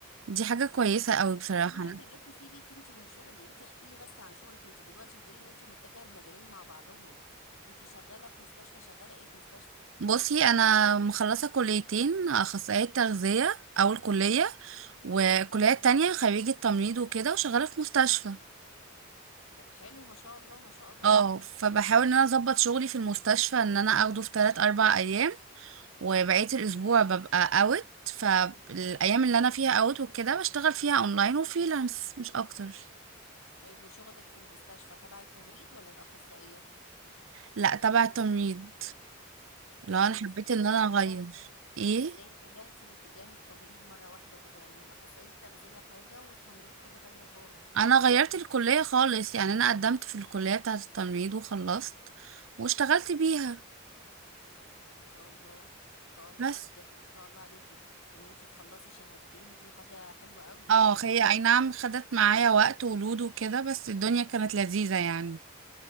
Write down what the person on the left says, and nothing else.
المهم بس سيبك انت من شغلي انت احكي لي بس عن شغلك انت دلوقتي بتقولي ان انت متجهة المجالين مع بعضهم انت شغالة في مستشفى شغالة ايه في مستشفى
طب حلو ما شاء الله ما شاء الله
عليكي
طيب وشغلك في المستشفى تبع التمريض ولا الأخصائية
طب
ازاي
بقى
اتجه
ازاي اتجهتي لاتجاه التمريض مرة واحدة كده يعني من أخصائية تغذية حاجة والتمريض حاجة تانية خالص
ما شاء الله ما شاء الله
لا بجد ما شاء الله عليكي ان انتي تخلصي شهادتين دي حاجة حلوة قوي ما
شاء الله